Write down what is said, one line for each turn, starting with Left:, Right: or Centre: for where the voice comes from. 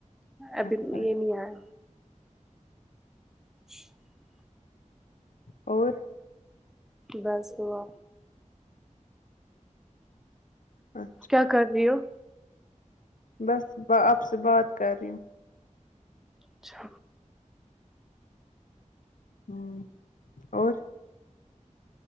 Centre: ابھی
Left: اچھا
Centre: یہ نہیں آیا <inaudible>
Left: اور
Centre: بس دعا
Left: ہاں
Centre: کیا کر رہی ہو
Left: بس آپ سے بات کر رہی ہوں
Centre: اچھا
Left: ہوں اور